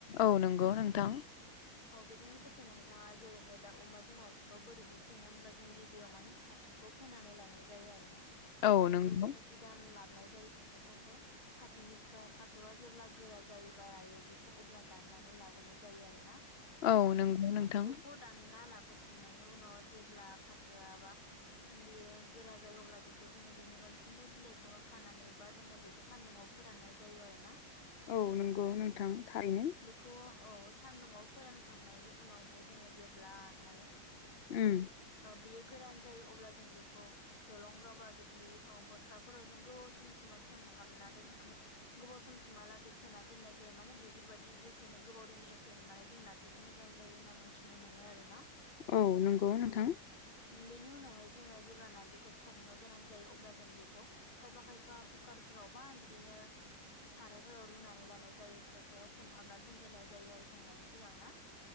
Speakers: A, on the left; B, on the left.
A: औ नंगौ नोंथां
B: औ बेजों लोगोसे नोंथाङा जेरैहाय दा अमा जों नारजिखौ बोरैहाय सङो होनबा जों गिबियाव माने फाथोखौ फोनानै लानाय जायो आरोना
A: औ
B: बेखौ
A: नंगौ
B: जोङो बिदान ला नाय जायो फाथौखौ बे फाथोनिफ्राय फाथौआ जेब्ला गोरा जायोबा रायो बेखौ अब्ला दा ननानै लाबोनाय जायो आरोना
A: औ नंगौ नोंथां।
B: बेखौ दानना लाबोखांनायनि उनाव जेब्ला फाथोआ बा बियो गोरा जायो अब्ला बेखौ जोङो बिनि मोनफ्रोमबो बिलाइ खौनो खानानै बा जोङो बेखौ सान्दुङाव फोराननाय जायो आरो ना
A: औ नंगौ नोंथां थारैनो
B: बेखौ औ सान्दुंआव फोरानखांनायनि उनावहाय जोङो जेब्लाहाय
A: ओम
B: बेयो गोरान जायो अब्ला जों बेखौ जलंगा बा बिदि ओ बस्थाफोराव जों गोबाव समसिमा सोमहाबना दोन गोबाव समसिमहालागै सोना दोननाय जायो माने बेफोरबायदि जेसेनो गोबाव दोनो एसेनो माने जों नारजिखौ मोजां जायो होनना मोनथिनो मोनो आरो ना
A: औ नंगौ नोंथां
B: बेनि उनावहाय जोङो जेब्ला नारजिखौ संनो गोनां जायो अब्ला जों बेखौ खायफा खायफा कुकार फोरावबा बिदिनो सारायफोराव रुनानै लानाय जायो खायफाया सोमहाबना दोनग्रोनाय जायो आरो संनायनि सिगांना